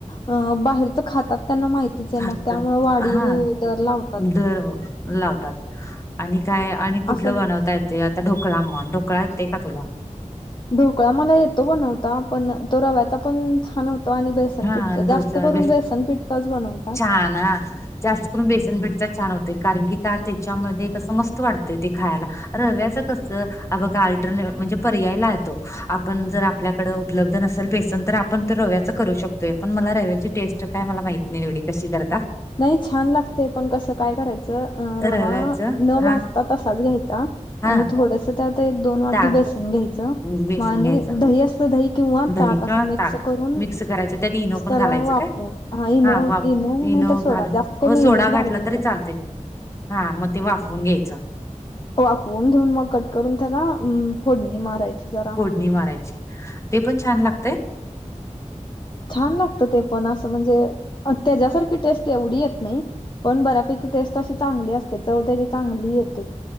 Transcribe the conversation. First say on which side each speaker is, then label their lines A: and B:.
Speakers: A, on the left; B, on the left.
A: अं बाहेरचं खातात. त्यांना माहितीच ये
B: खातात
A: म त्यामुळं वाढीव
B: हा
A: दर लावतात
B: दर
A: ते
B: लावतात आणि काय आणि कुठलं
A: असं
B: बनवतात ते आता ढोकळा म्हण ढोकळा येतंय का तुला
A: ढोकळा मला येतो बनवता पण तो रव्याचा पण छान होतो आणि बेस सन
B: हा
A: पीठचा,
B: डोसा
A: जास्त करून बेसन पिठचाच बनवतात.
B: छान हा ना. जास्त करून बेसन पीठचा छान होतोय, कारण की का त्याच्यामध्ये कसं मस्त वाटतंय ते खायला. रव्याचं कसं, अगं अल्टरला, म्हणजे पर्यायला ये तो आपण जर आपल्याकडं उपलब्ध नसल बेसन, तर आपण तर रव्याचा करू शकतोय, पण मला रव्याची टेस्ट काय मला माहित नही एवढी कशी कर
A: नही छान लागतंय, पण कसं काय करायचं? अ
B: रव्याच
A: रवा न
B: हा
A: भाजता तसाच घ्यायचा
B: हा
A: आणि थोडंसं त्यात एक दोन वाटी
B: ताक
A: बेसन घ्यायचं,
B: बेसन
A: मग आणि
B: घ्यायचं
A: दही असतं दही? किंवा
B: दही
A: ताक
B: किंवा
A: असं मिक्स
B: ताक
A: करून,
B: मिक्स करायचं त्यात इनो
A: स्
B: पण
A: त्याला
B: घालायचं
A: वाफवून,
B: काय
A: हा इनो-
B: वाफ
A: इनो नाही तर सोडा,
B: घालून
A: जास्त करून
B: हो
A: इनोच
B: सोडा घातला
A: घालायचा.
B: तरी चालतय हा मग ते वाफवून घ्यायचं.
A: वाफवून घेऊन मग कट करून त्याला, फोडणी मारायची जरा.
B: णी मारायची, ते पण छान लागतंय.
A: छान लागतं ते पण असं म्हणजे, त्याच्यासारखी टेस्ट एवढी येत नाही. पण बऱ्यापैकी टेस्ट अशी चांगली असते, चव त्याची चांगली येते.